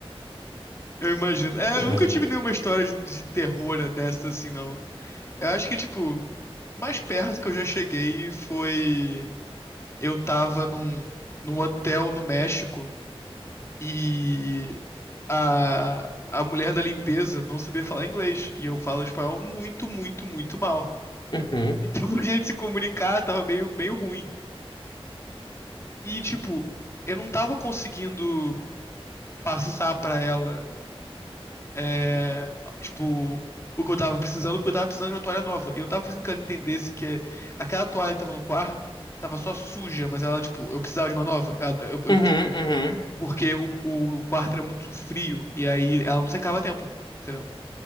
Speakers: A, on the left (about 25°); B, on the left (about 50°).
A: Eu imagino. É,
B: É,
A: eu nunca tive nenhuma história de, de terror dessa assim, não. Eu acho que, tipo, mais perto que eu já cheguei foi. Eu tava num, num hotel no México e a, a mulher da limpeza não sabia falar inglês. E eu falo espanhol muito, muito, muito mal. <laughs>
B: uhum,
A: Então, pra gente se comunicar, tava meio, meio ruim. E, tipo, eu não tava conseguindo passar pra ela. é, tipo, o que eu tava precisando, porque eu tava precisando de uma toalha nova. E eu não tava conseguindo que ela entendesse que aquela toalha que tava no quarto tava só suja, mas ela, tipo, eu precisava de uma nova. Ela- eu, eu,
B: uhum,
A: tipo,
B: uhum.
A: porque o, o quarto era muito frio, e aí ela não secava a tempo, entendeu?